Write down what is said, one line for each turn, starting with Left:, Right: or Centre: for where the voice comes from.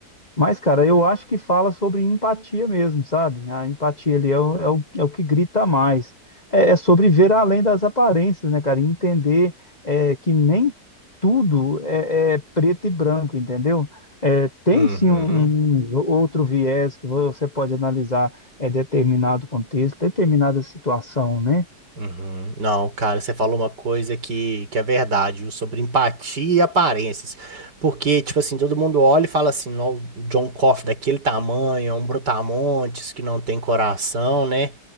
Left: Mas, cara, eu acho que fala sobre empatia mesmo, sabe? A empatia ali é o, é o, é o que grita mais. É, é sobre ver além das aparências, né, cara? E entender é, que nem tudo é, é preto e branco, entendeu? É, tem
Right: uhum,
Left: sim um, um outro viés que você pode analisar é, determinado contexto, determinada situação, né?
Right: uhum. Não, cara, você falou uma coisa que, que é verdade, viu, sobre empatia e aparências. Porque, tipo assim, todo mundo olha e fala assim, "Nó, o John Coffey daquele tamanho, é um brutamontes que não tem coração, né?